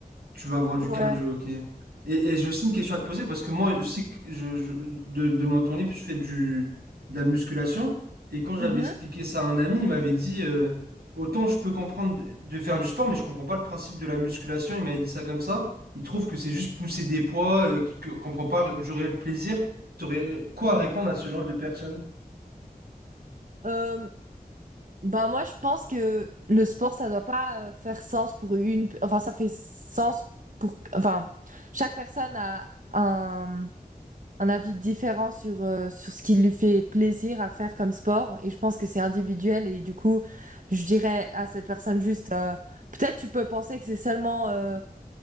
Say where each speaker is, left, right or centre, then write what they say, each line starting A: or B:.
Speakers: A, on the right (about 85°); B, on the right (about 55°).
A: Tu vas avoir du
B: ouais
A: cardio, ok. Et, et j'ai aussi une question à te poser parce que moi, je sais que je, je- de, de mon temps libre, je fais du, de la musculation. Et quand j'avais
B: Mhm.
A: expliqué ça à un ami, il m'avait dit euh, autant je peux comprendre de, de faire du sport, mais je comprends pas le principe de la musculation. Il m'avait dit ça comme ça. Il trouve que c'est juste pousser des poids, euh, qui- qu'on comprend pas du réel plaisir. T'aurais quoi à répondre à ce genre de personne?
B: Euh, bah moi je pense que le sport ça doit pas euh, faire sens pour une enfin ça fait sens pour enfin chaque personne a un un avis différent sur euh, sur ce qui lui fait plaisir à faire comme sport et je pense que c'est individuel et du coup je dirais à cette personne juste euh, peut-être tu peux penser que c'est seulement euh,